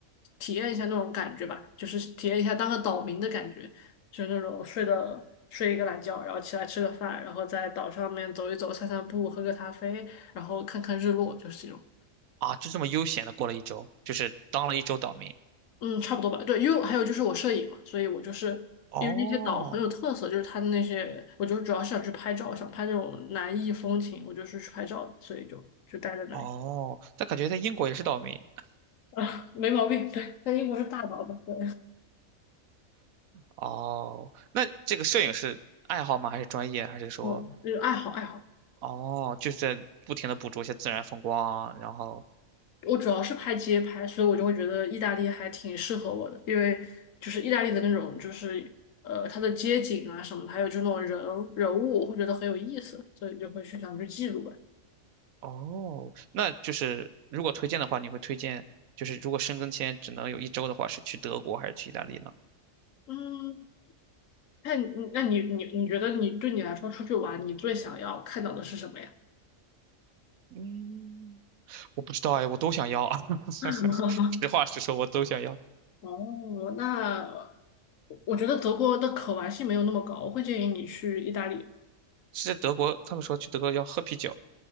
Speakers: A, on the left; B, on the right.
A: 体验一下那种感觉吧，就是体验一下当个岛民的感觉。就是那种睡的睡一个懒觉，然后起来吃个饭，然后在岛上面走一走、散散步、喝个咖啡，然后看看日落，就是这种。
B: 啊，就这么悠闲的过了一周，就是当了一周岛民。
A: 嗯，差不多吧。对，因为还有就是我摄影嘛，所以我就是因为那些岛很有特色，
B: 哦
A: 就是它的那些，我就是主要是想去拍照，想拍那种南艺风情，我就是去拍照的，所以就就待在那里
B: 哦，但感觉在英国也是岛民。
A: 啊，没毛病。对，在英国是大岛吧？对，
B: 哦，那这个摄影是爱好吗？还是专业？还是说，
A: <laughs> 嗯，就是爱好爱好。
B: 哦，就是在不停的捕捉一些自然风光啊，然后，
A: 我主要是拍街拍，所以我就会觉得意大利还挺适合我的，因为就是意大利的那种，就是呃，它的街景啊什么的，还有就那种人人物，我会觉得很有意思，所以就会去想去记录吧。
B: 哦，那就是如果推荐的话，你会推荐，就是如果申根签只能有一周的话，是去德国还是去意大利呢？
A: 嗯，那你那你你你觉得你对你来说出去玩，你最想要看到的是什么呀？
B: 嗯，我不知道哎，我都想要。<laughs>
A: <laughs>
B: 实话实说，我都想要。
A: 哦，那我觉得德国的可玩性没有那么高，我会建议你去意大利。
B: 是在德国，他们说去德国要喝啤酒，